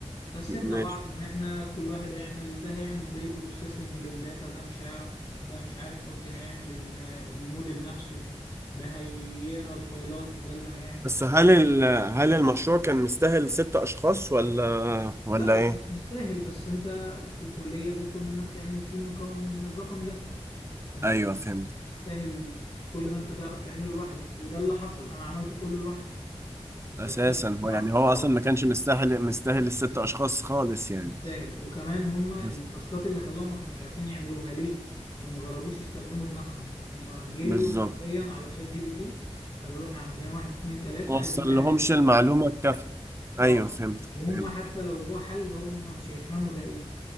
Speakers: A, on the left; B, on the right.
A: قسمنا
B: ماشي
A: مم. بعض ان احنا كل واحد هيعمل ده هيعمل بري بروسيسنج للداتا ده مش هيعرف ده مش عارف قصدي هيعمل ال- الموديل نفسه ده هيقرا الفايلات ده اللي هيعمل
B: بس
A: مش
B: هل
A: عارف
B: ال... هل المشروع كان مستاهل ست أشخاص ولا ولا
A: لا
B: إيه؟
A: هو مش مستاهل بس انت في الكلية بيطلب منك تعمل تيم مكون من الرقم ده فانت
B: أيوه
A: مش
B: فهمت
A: مش مستاهل كل ده انت تعرف تعمله لوحدك وده اللي حصل انا عملته كله لوحدي
B: اساسا
A: او ثلاث
B: هو
A: ارباعه
B: يعني هو
A: اه
B: اصلا ما كانش مستاهل مستاهل الست اشخاص خالص
A: مش
B: يعني
A: مستاهل وكمان هما
B: بس-
A: التاسكات اللي خدوها ما كانوش عارفين يعملوها ليه عشان ما جربوش يستخدموا دماغهم هما جريوا
B: بالظبط
A: حرفيا على شات جي بي تي قالوا له احنا عندنا واحد اتنين تلاتة
B: ما وصل
A: عايزين نعمله
B: لهمش المعلومه الكافيه ايوه
A: اه
B: فهمت
A: وهم
B: فهمت
A: حتى لو هو حل هم مش هيفهموا ده ايه